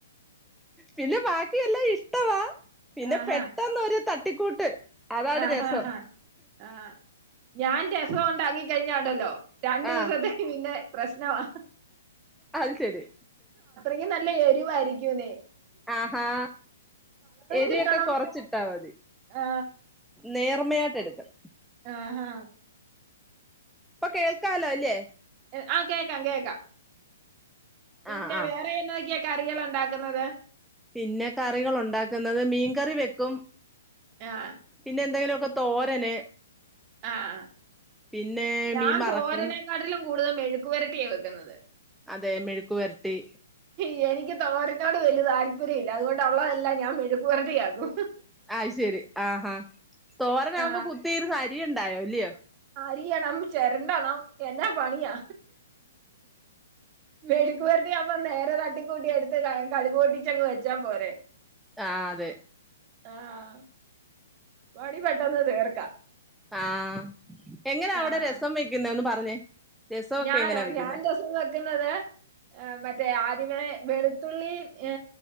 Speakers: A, in the centre; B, on the right.
A: പിന്നെ ബാക്കിയെല്ലാം ഇഷ്ടവാ പിന്നെ
B: ആഹാ,
A: പെട്ടെന്നൊര് തട്ടിക്കൂട്ട് അതാണ്
B: ആഹാഹാ.
A: രസം
B: ആ, ഞാൻ രസോണ്ടാക്കി കഴിഞ്ഞ ണ്ടല്ലോ രണ്ടു
A: ആ
B: ദിവസത്തേക്ക് പിന്നെ പ്രശ്നമാ
A: അത് ശെരി
B: ഇത് നല്ല എരിവായിരിക്കൂന്നെ
A: ആഹാ എരുയൊക്കെ
B: കിട്ടണം
A: കൊറച്ചിട്ടാ മതി
B: ആ,
A: നേർമയായിട്ടെടുക്കണം
B: ആഹ് ഹാ
A: ഇപ്പ കേൾക്കാലോ അല്ലേ
B: എ ആഹ് കേക്കാ കേക്കാ പിന്നെ
A: ആ ആ
B: വേറെന്നൊക്കെയ കറിയള് ഉണ്ടാക്കുന്നത്
A: പിന്നെ കറികളുണ്ടാക്കുന്നത് മീൻ കറി വെക്കും
B: <unintelligible>
A: പിന്നെന്തെങ്കിലൊക്കെ തോരന്
B: ആഹ്
A: പിന്നെ
B: ഞാൻ
A: മീൻ മറക്കും
B: തോരനെക്കാട്ടിലും കൂടുതൽ മെഴുക്ക് വരട്ടിയ വെക്കുന്നത്
A: അതെ മെഴുക്ക് വരട്ടി
B: യെനിക്ക് തോരനോട് വല്യ താല്പര്യല്ല അതുകൊണ്ട് ഉള്ളതെല്ലാം ഞാൻ മെഴുക്ക് വരട്ടിയാക്കും
A: അഅ് ശെരി ആഹാ തോരനാകുമ്പോ
B: ആ
A: കുത്തിയിരുന്നരിയണ്ടായോ ഇല്ലയോ
B: അരിയണം ചെരണ്ടണം എന്നാ പണിയാ മെഴു ക്ക് വരട്ടിയാവുമ്പം നേരെ തട്ടി കൂട്ടി എടുത്ത് ക കട്‌ ക് പൊട്ടിച്ചങ് വെച്ചാ പോരെ
A: ആഹ് അതെ
B: ആഹ് പണി പെട്ടെന്ന് തീർക്കാ
A: ആഹ് എങ്ങനാവിടെ
B: ആ
A: രസം വെക്കുന്നെ ഒന്ന് പറഞ്ഞേ രസമൊക്കെ
B: ഞാനോ
A: എങ്ങനാ വെക്കുന്നെ
B: ഞാൻ രസം വെക്ക്ന്നത് മറ്റേ ആദ്യമേ വെളുത്തുള്ളി ഏ